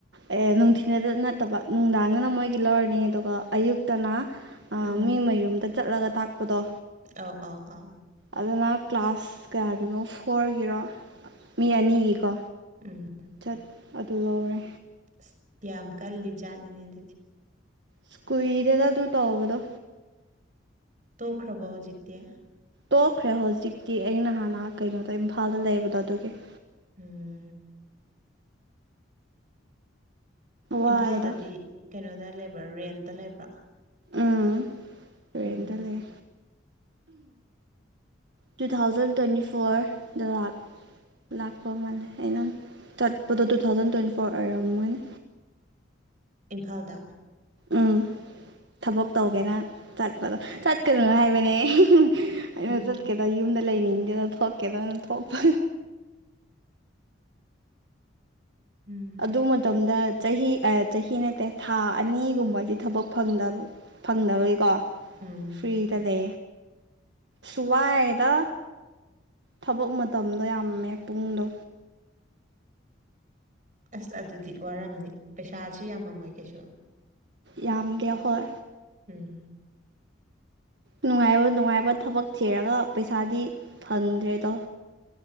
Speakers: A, on the right; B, on the right.
A: ꯑꯦ ꯅꯨꯡꯊꯤꯤꯟꯗ ꯅꯠꯇꯕ ꯅꯨꯡꯗꯥꯡ ꯅ ꯃꯣꯏꯒꯤ ꯂꯧꯔꯅꯤ ꯑꯗꯨꯒ ꯑꯌꯨꯛꯇꯅ
B: ꯎꯝ
A: ꯃꯤ ꯃꯌꯨꯝꯗ ꯆꯠꯂꯒ ꯇꯥꯛꯄꯗꯣ
B: ꯑꯧ ꯑ ꯑꯥ
A: ꯑꯗꯨꯅ ꯀ꯭ꯂꯥꯁ ꯀꯌꯥꯒꯤꯅꯣ ꯐꯣꯔꯒꯤꯔꯣ ꯃꯤ ꯑꯅꯤꯒꯤꯀꯣ
B: ꯎꯝ
A: ꯆꯠ ꯑꯗꯨ ꯂꯧꯔꯦ
B: ꯑꯁ ꯌꯥꯝ ꯀꯜꯂꯤ ꯖꯥꯠꯅꯤꯅꯦ ꯑꯗꯨꯗꯤ
A: ꯁꯀꯏꯔꯦꯗ ꯇꯨ ꯇꯣꯕꯗ
B: ꯇꯣꯈ꯭ꯔꯕꯣꯖꯤꯛꯇꯌꯥ
A: ꯇꯣꯛꯈ꯭ꯔꯦ ꯍꯧꯖꯤꯛꯇꯤ ꯑꯩꯅ ꯍꯥꯟꯅ ꯀꯩꯅꯣꯗ ꯏꯝꯐꯥꯜꯗ ꯂꯩꯕꯗꯣ ꯑꯗꯨꯒꯤ
B: ꯎꯝ
A: ꯋꯥꯏꯗ
B: ꯏꯝꯐꯥꯜꯗꯗꯤ ꯀꯩꯅꯣꯗ ꯂꯩꯕ꯭ꯔꯥ ꯔꯦꯟꯇ ꯂꯩꯕ꯭ꯔꯥ
A: ꯎꯝ ꯔꯦꯟꯗ
B: ꯎꯝ
A: ꯂꯩ ꯇꯨ ꯊꯥꯎꯖꯟ ꯇ꯭ꯋꯦꯟꯇꯤ ꯐꯣꯔꯗ ꯂꯛ ꯂꯥꯛꯄꯣ ꯃꯥꯂꯦ ꯑꯩꯅ ꯇꯠꯄꯗꯣ ꯇꯨ ꯊꯥꯎꯖꯟ ꯇ꯭ꯋꯦꯟꯇꯤ ꯐꯣꯔ ꯑꯣꯏꯔꯝꯒꯅꯤ
B: ꯏꯝꯐꯥꯜꯗ
A: ꯎꯝ ꯊꯕꯛ ꯇꯧꯒꯦꯅ
B: ꯑꯣ
A: ꯆꯠꯄꯗꯣ ꯆꯠꯀꯗꯣꯏꯅ ꯍꯥꯏꯕꯅꯦ ꯑꯩꯅ
B: ꯎꯝ
A: ꯆꯠꯀꯦꯗ ꯌꯨꯝꯗ ꯂꯩꯅꯤꯗ ꯊꯣꯀꯦꯗ ꯊꯣꯄ
B: ꯎꯝ
A: ꯑꯗꯨ ꯃꯇꯝꯗ ꯆꯍꯤ ꯆꯍꯤ ꯅꯠꯇꯦ ꯊꯥ ꯑꯅꯤꯒꯨꯝꯕꯗꯤ ꯊꯕꯛꯗꯕ ꯐꯪꯗꯕꯒꯤꯀꯣ
B: ꯎꯝ
A: ꯐꯔꯤꯗꯗꯦ ꯁꯨꯍꯗ ꯊꯕꯛ ꯃꯇꯝꯗꯣ ꯌꯥꯝꯃꯦ ꯄꯨꯡꯗꯣ
B: ꯑꯁ ꯑꯗꯨꯗꯤ ꯋꯥꯔꯝꯅꯤ ꯄꯩꯁꯥꯁꯤ ꯌꯥꯝꯃꯝꯃꯣꯏ ꯀꯩꯁꯨ
A: ꯌꯥꯝꯗꯦ ꯍꯣꯏ
B: ꯎꯝ
A: ꯅꯨꯡꯉꯥꯏꯕ ꯅꯨꯡꯉꯥꯏꯕ ꯊꯕꯛ ꯊꯤꯔꯒ ꯄꯩꯁꯥꯗꯤ ꯐꯪꯗ꯭ꯔꯦꯗꯣ